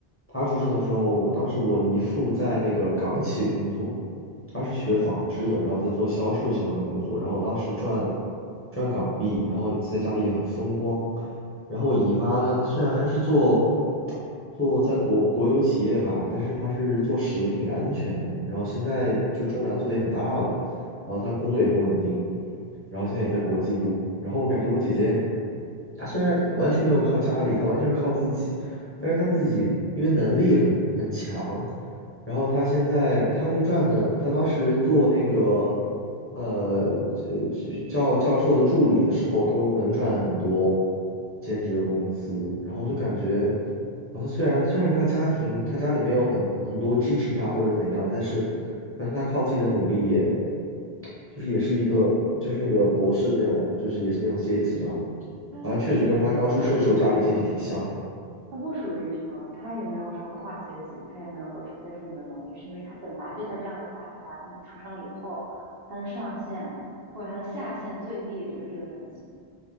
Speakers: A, on the left; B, on the right.
A: 她出生的时候，我当时我姨父在那个港企工作，他是学纺织的，然后在做销售相关的工作，然后当时赚赚港币，然后在家里也很风光。然后我姨妈呢，她虽然是做做在国国有企业吧，但是他是做食品安全的，然后现在就中粮做的也很大了，然后他工作也很稳定，然后现在也在国际部，然后我感觉我姐姐，她虽然完全没有靠家里，她完全是靠自己，但是她自己因为能力很很强，然后她现在她就赚了，她当时做那个呃呃教教授的助理的时候都能赚很多兼职的工资，然后就感觉。好像虽然虽然跟他家庭，他家里没有很很多支持他或者怎样，但是好像他靠自己的努力也，就是也是一个就是那个博士那种，就是也是那种阶级嘛，
B: 它这种，
A: 好像确实跟他刚出生时候家里阶级挺像的。
B: 它不属于，它不属于什么，它也没有说跨阶级，它也没有说凭借父母的能力，是因为他本来就在这样的家庭环境里出生了以后，他的上限或者他的下限最低也就是这个等级，